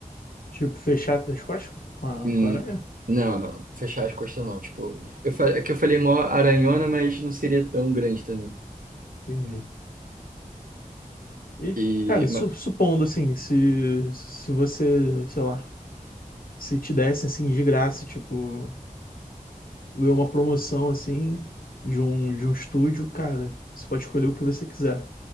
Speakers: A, on the left; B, on the right.
A: Tipo, fechar as costas com a,
B: Hum,
A: com a aranha,
B: Não, não, fechar as costas não. Tipo, eu, fa- é que eu falei mó aranhona, mas não seria tão grande também.
A: entendi. E,
B: E,
A: cara, su-
B: ma-
A: supondo assim, se, se você, sei lá, se te dessem assim de graça, tipo, ganhou uma promoção assim de um, de um estúdio, cara, você pode escolher o que você quiser.